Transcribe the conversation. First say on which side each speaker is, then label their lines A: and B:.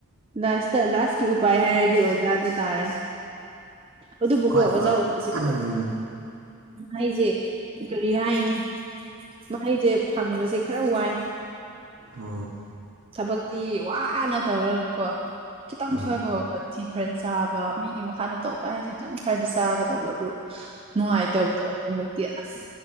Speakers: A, on the right; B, on the right.
A: ꯂꯥꯁꯇ ꯂꯥꯁꯀꯤ ꯎꯄꯥꯏ ꯍꯥꯏꯔꯗꯤ ꯑꯣꯖꯥꯗ ꯇꯥꯔꯦ ꯑꯗꯨꯕꯨꯀꯣ
B: ꯈ꯭ꯋꯥꯏ
A: ꯑꯣꯖꯥ
B: ꯄꯥꯝ
A: ꯑꯣꯏꯕꯁꯤꯀꯣ
B: ꯎꯝ
A: ꯑꯩꯁꯦ ꯀꯔꯤ ꯍꯥꯏꯅꯤ ꯃꯍꯩꯁꯦ ꯐꯪꯕꯁꯦ ꯈꯔ ꯋꯥꯏ
B: ꯑꯣ
A: ꯊꯕꯛꯇꯤ ꯋꯥꯅ ꯇꯧꯔꯒꯀꯣ ꯈꯤꯇꯪ
B: ꯎꯝ
A: ꯁꯣꯏꯕꯒ
B: ꯑꯗꯨ
A: ꯈꯣꯟꯊꯤ ꯈꯔ ꯆꯥꯕ ꯃꯤꯒꯤ ꯃꯈꯥꯗ ꯇꯧꯕ ꯍꯥꯏꯁꯦ ꯑꯗꯨꯝ ꯈꯔꯗꯤ ꯆꯥꯒꯗꯧꯕ ꯑꯗꯨ ꯅꯨꯡꯉꯥꯏꯇꯕꯗꯣ ꯑꯃꯨ ꯃꯨꯛꯇꯤ ꯑꯁ